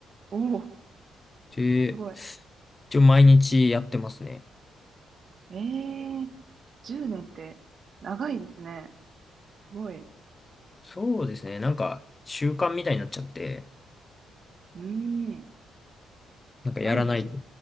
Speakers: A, on the right (about 50°); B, on the left (about 25°).
A: おおー、
B: で、
A: すごい。
B: 一応毎日やってますね。
A: ええー、10年って、長いですね。すごい。う
B: そうですね。なんか習慣みたいになっちゃって、
A: ーん、
B: なんかやらないと。
A: 毎日